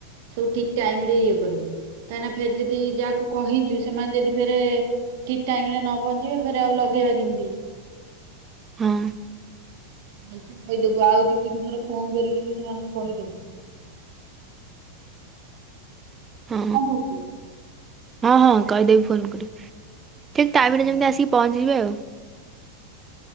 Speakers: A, on the right; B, on the right.
A: ସବୁ ଠିକ ଟାଇମ ରେ ଇଏ କରିବ। କାହିଁକିନା ଫେର ଯଦି ଯାହାକୁ କହିଛୁ ସେମାନେ ଯଦି ଫେରେ ଠିକ ଟାଇମ ରେ ନ ପହଞ୍ଚିବେ ଫରେ ଆଉ ଲଗେଇବା କେମିତି।
B: ହଁ।
A: ଭଲସେ କହିଦବୁ ଆଉ ଦି ତିନି ଥର ଫୋନ କରିକି ବି ସେମାନଙ୍କୁ କହିଦବୁ।
B: ହଁ
A: ନା କଣ କହୁଛୁ?
B: ହଁ କହିଦେବି ଫୋନ କରି। ଠିକ ଟାଇମ୍
A: ହଁ।
B: ରେ ଯେମିତି ଆସିକି ପହଞ୍ଚି ଯିବେ ଆଉ।